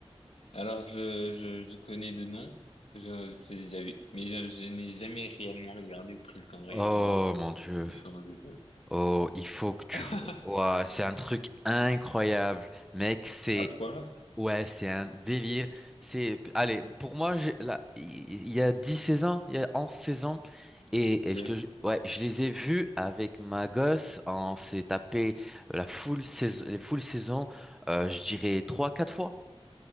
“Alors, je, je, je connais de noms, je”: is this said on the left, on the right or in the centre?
Left